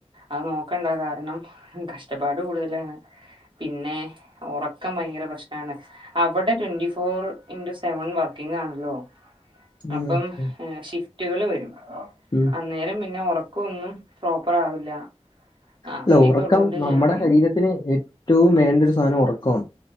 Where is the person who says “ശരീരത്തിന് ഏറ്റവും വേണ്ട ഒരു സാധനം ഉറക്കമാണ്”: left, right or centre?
Left